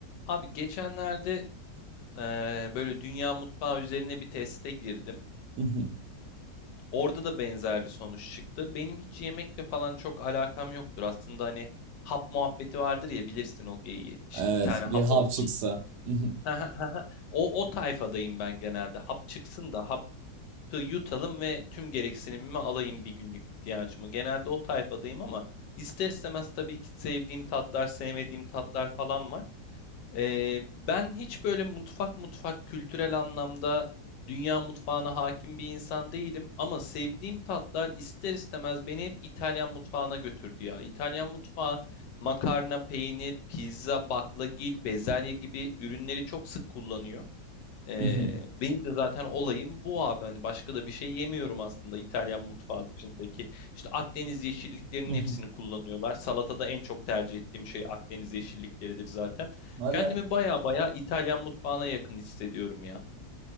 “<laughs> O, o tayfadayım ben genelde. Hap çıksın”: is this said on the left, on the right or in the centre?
Left